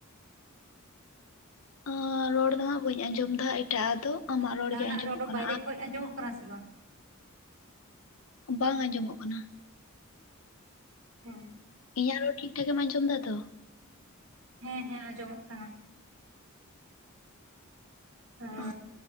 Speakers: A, on the left; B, on the right.
A: ᱟᱸ ᱨᱚᱲ ᱫᱚ ᱦᱟᱸᱜ ᱵᱟᱹᱧ ᱟᱸᱡᱚᱢ ᱮᱫᱟ ᱮᱴᱟᱜ ᱟᱜ ᱫᱚ ᱟᱢᱟᱜ
B: ᱡᱟᱦᱟᱱᱟᱜ
A: ᱜᱮ ᱟᱸᱡᱚᱢᱚᱜ
B: ᱨᱚᱲ <inaudible>
A: ᱠᱟᱱᱟ
B: ᱵᱟᱭᱨᱮ
A: ᱟᱨ
B: ᱠᱷᱚᱡᱽ ᱟᱸᱡᱚᱢᱚᱜ ᱠᱟᱱᱟ ᱥᱮ ᱵᱟᱝ?
A: ᱵᱟᱝ ᱟᱸᱡᱚᱢᱚᱜ ᱠᱟᱱᱟ,
B: ᱦᱚᱸ
A: ᱤᱧᱟᱹᱜ ᱨᱚᱲ ᱴᱷᱤᱠ ᱴᱷᱟᱠᱮᱢ ᱟᱸᱡᱚᱢ ᱫᱟ ᱛᱚ?
B: ᱦᱮᱸ ᱦᱮᱸ ᱟᱸᱡᱚᱢᱚᱜ ᱠᱟᱱᱟ᱾ ᱟ
A: ᱚ,